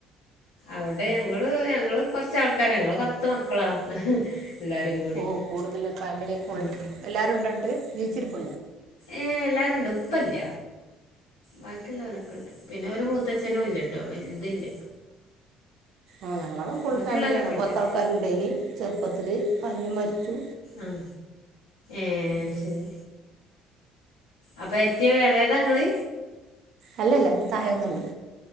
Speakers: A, on the left; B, on the right.
A: അവ്ടെ ഞങ്ങള് ഞങ്ങള് കൊറച്ചാൾക്കാരാ ഞങ്ങള് പത്ത് മക്കളാ എല്ലാരും കൂടി
B: ഓഹ് കൂടുതല് ഫാമിലി ഫുൾ
A: ഉം
B: എല്ലാരും ഉണ്ടോണ്ട് ജീവിച്ചിരിപ്പ
A: ഏഹ് എല്ലാരും ഇണ്ട് ഉപ്പല്ല ബാക്കിള്ളോലൊക്കെ ഇണ്ട് പിന്നെ ഒരു മൂത്തച്ഛനുല്ലട്ടോ വൽതില്ല
B: ആ ഞങ്ങളും ഫുൾ
A: ബാക്കിയുള്ളോലൊക്കെ
B: ഫാമിലിയാണ്
A: ഉണ്ട്
B: പത്താൾക്കാര്ണ്ടയില് ചെറുപ്പത്തില് അനിയൻ മരിച്ചു
A: ഉം ഏഹ് അത്ശെരി അപ്പൊ ഏറ്റവും എളയതാങ്ങള്
B: അല്ലല്ല ഇന്റെ തായെ ഒന്നുണ്ട്